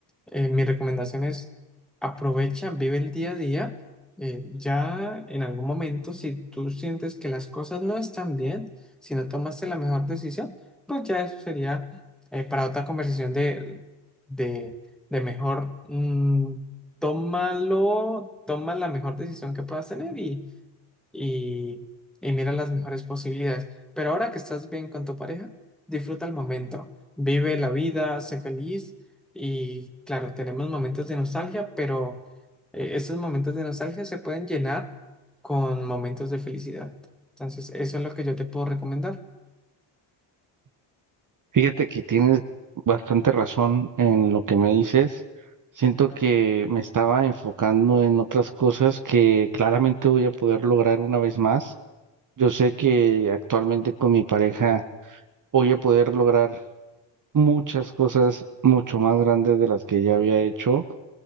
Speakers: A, in the centre; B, on the right (about 40°).
A: eh, mi recomendación es aprovecha, vive el día a día. eh, ya en algún momento, si tú sientes que las cosas no están bien, si no tomaste la mejor decisión, pues ya eso sería eh, para otra conversación de, de de mejor, mm, tómalo, toma la mejor decisión que puedas tener y, y, y mira las mejores posibilidades. Pero ahora que estás bien con tu pareja, disfruta el momento, vive la vida, sé feliz y claro, tenemos momentos de nostalgia, pero eh, estos momentos de nostalgia se pueden llenar con momentos de felicidad. Entonces, eso es lo que yo te puedo recomendar.
B: Fíjate que tienes bastante razón en lo que me dices. Siento que me estaba enfocando en otras cosas que claramente voy a poder lograr una vez más. Yo sé que actualmente con mi pareja voy a poder lograr muchas cosas mucho más grandes de las que ya había hecho.